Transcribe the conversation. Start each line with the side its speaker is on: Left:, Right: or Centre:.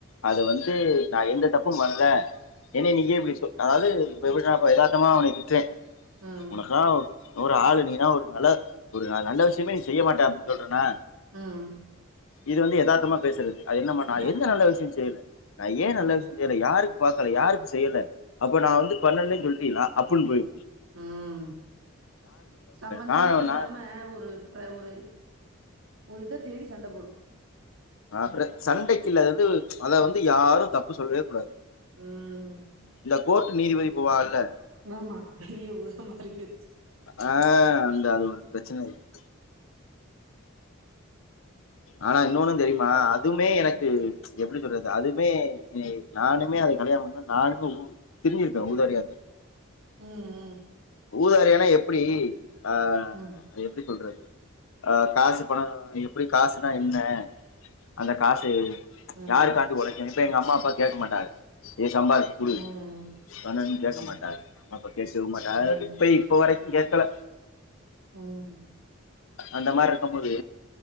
Left: அத வந்து நா எந்த தப்பு பண்ல என்னைய நீ ஏ இப்டி சொ அதாது இப்ப எப்டி நா இப்ப யதார்த்தமா உன்னைய நா திட்றே
Right: ம்
Left: உனக்குலா ஒரு ஆளு நீனா ஒரு நல்ல ஒரு நல்ல விஷயமே நீ செய்ய மாட்ட அப்டினு சொல்றனா
Right: ம்
Left: இது வந்து யதார்த்தமா பேசுறது அது என்ன நா
Right: அ
Left: எந்த நல்ல விஷய செய்யல நா ஏ
Right: ம்
Left: நல்ல விஷய ஏலே யாருக்கு பாக்கல யாருக்கு செய்யல அப்ப நா வந்து பண்ணல னு சொல்றீகளா அப்பன் போயி
Right: ம் சம்மந்தமேயில்லாம
Left: நான் நான்
Right: ஒரு ஒர ஒரு ஒரு இத தேடி சண்ட போடு
Left: அப்பற சண்டைக்குள்ள வந்து அத வந்து யாரு தப்பு சொல்லவே கூடாது
Right: ம்
Left: இந்த கோர்ட் நீதிபதி போவாகல்ல
Right: ஆமா வீதியே பூரா மாறிட்டுயிருந்துச்சு
Left: ஆ அந்த அது ஒரு பிரச்சனையிருக் ஆனா இன்னொன்னு தெரிமா அதுமே
Right: ம்.
Left: எனக்கு எப்டி சொல்றது அதுமே நானுமே அத கல்யாண பண்ண நானுமே ஊ திரிஞ்சிருப்ப ஊதாரியாட்ட
Right: ம்
Left: ஊதாரியானா எப்டி ஆ
Right: ம்,
Left: அத எப்டி சொல்றது ஆ காசு பண எப்டி காசுனா என்ன அந்த காசு
Right: ம்,
Left: யாருக்காண்டி ஒழைக்கனு இப்ப எங்க அம்மா அப்பா கேக்கமாட்டாங்க நீ சம்பாதிச்சு குடு
Right: ம்,
Left: பண்ணுனு
Right: ம்,
Left: கேக்கமாட்டாங்க அம்மா அப்பா பேசவும்மாட்டாங்க
Right: ம், ம்,
Left: இப்ப இப்ப வரைக்கும் கேக்கல
Right: ம்
Left: அந்த மாரியிருக்கும்போது